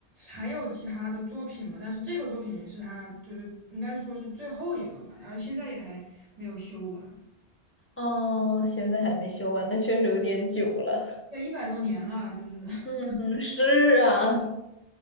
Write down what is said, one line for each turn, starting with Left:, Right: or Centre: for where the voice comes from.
Right: 还有其他的作品嘛，但是这个作品是他就是应该说是最后一个吧，然后现在也还没有修完，
Left: 哦，现在还没修完，那确实有点久了。
Right: 对，一百多年了，就是 <laughs>
Left: 嗯，是啊，